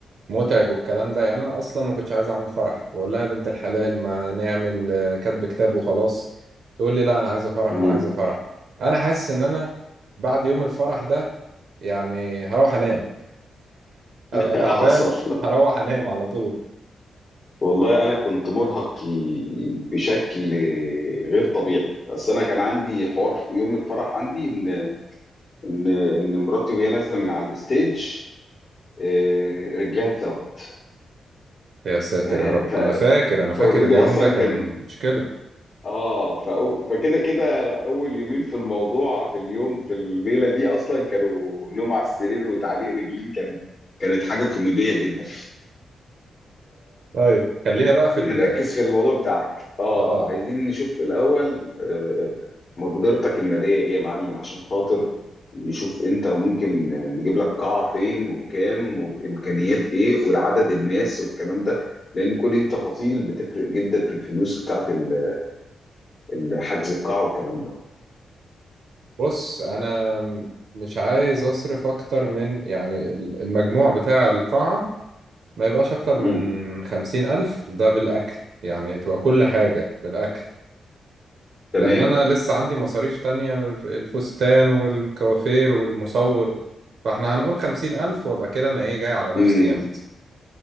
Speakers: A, on the right; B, on the left.
A: متعب والكلام ده يعني انا اصلا ما كنتش عايز اعمل فرح بقول لها يا بنت الحلال ما نعمل آه، كاتب كتاب وخلاص تقول لي لا انا عايزه فرح
B: مم.
A: انا عايزه فرح انا حاسس ان انا بعد يوم الفرح ده يعني هروح انام ابقى
B: <laughs>
A: تعبان
B: حصل
A: هروح انام على طول
B: والله انا كنت مرهق ي- بشكل غير طبيعي بس انا كان عندي حوار في يوم الفرح عندي ان ان ان مراتي وهي نازله من على الستيج إيه، رجليها اتلوت
A: يا ساتر
B: فه-
A: يا رب
B: ف-
A: انا فاكر انا فاكر
B: فاوريدي
A: اليوم
B: اصلا
A: ده كان
B: كان
A: مشكلة
B: اه فأو... فكده كده اول يومين في الموضوع في اليوم في الليله دي اصلا كانوا نوم على السرير وتعليق رجلين كان كانت حاجه كوميديه جدا
A: طيب خلينا بقى
B: خلينا
A: في ال
B: نركز في الموضوع بتاعك اه
A: اه
B: عايزين نشوف الاول آه، مقدرتك الماليه ايه يا معلم عشان خاطر نشوف انت ممكن نجيب لك قاعه فين وبكام وبامكانيات ايه والعدد الناس والكلام ده لان كل دي تفاصيل بتفرق جدا في الفلوس بتاعت ال- ال- حجز القاعه والكلام ده
A: بص انا مش عايز اصرف اكتر من يعني المجموع بتاع القاعة ما يبقاش أكتر
B: مم.
A: من خمسين ألف ده بالأكل يعني تبقى كل حاجة بالأكل
B: تمام
A: لأن أنا لسه عندي مصاريف تانية الف- الفستان والكوافير والمصور فإحنا هنقول خمسين ألف وأبقى كده أنا إيه جاي على نفسي
B: مم.
A: جامد